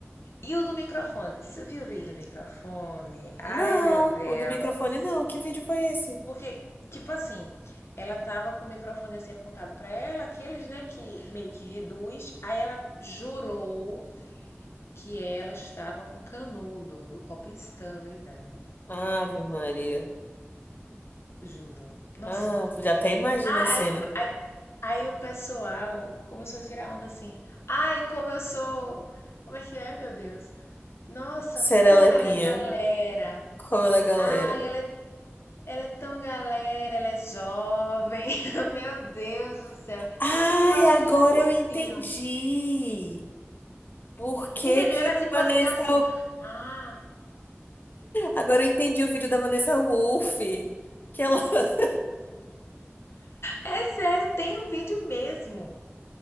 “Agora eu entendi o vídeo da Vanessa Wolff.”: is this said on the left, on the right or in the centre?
Left